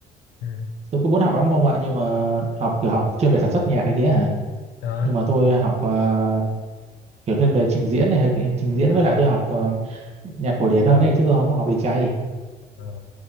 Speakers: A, on the left (about 80°); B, on the right (about 40°).
A: ừ.
B: tôi cũng muốn học lắm ông ạ nhưng mà học kiểu học chuyên về sản xuất nhạc này kia hả
A: đó
B: nhưng mà tôi học ờ, kiểu thiên về trình diễn này hay cái- trình diễn
A: à,
B: với lại tôi học ờ, nhạc cổ điển hơn ấy chứ tôi không có học đi chay
A: à,